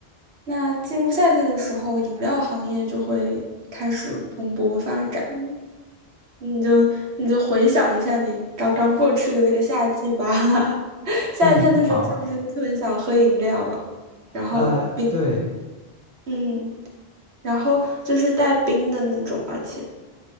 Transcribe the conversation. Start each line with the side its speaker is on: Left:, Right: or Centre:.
Right: 那进入夏季的时候，饮料行业就会开始蓬勃发展。你就你就回想一下你刚刚过去的那个夏季吧，<laughs> 夏天的时候是不是特别想喝饮料啊？
Centre: 嗯，好，
Right: 然后并
Centre: 呃，对，
Right: 嗯。然后就是带冰的那种，而且